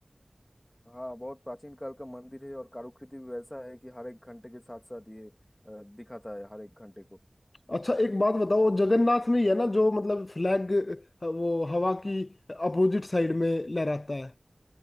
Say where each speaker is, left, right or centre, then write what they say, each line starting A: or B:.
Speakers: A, on the left (about 30°); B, on the left (about 65°).
A: हाँ बहुत प्राचीन काल का मंदिर है और कारुकृति भी वैसा है कि हर एक घंटे के साथ साथ ये अ, दिखाता है हर एक घंटे को
B: अच्छा एक बात बताओ जगन्नाथ में ही है ना जो मतलब फ्लैग वो हवा की अपोजिट साइड में लहराता है